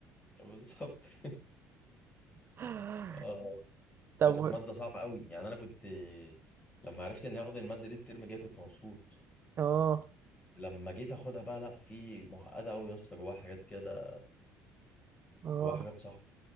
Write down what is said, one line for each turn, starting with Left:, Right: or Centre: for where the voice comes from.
Left: <laughs> بالظبط <laughs>
Right: <laughs>
Left: اه
Right: طب
Left: يا اسطى
Right: و-
Left: ماده صعبه قوي يعني انا كنت لما عرفت اني هاخد الماده دي الترم الجاي كنت مبسوط
Right: اه
Left: لما جيت اخدها بقى لا في معقده قوي يا اسطى جواها حاجات كده
Right: اه
Left: جواها حاجات صعبه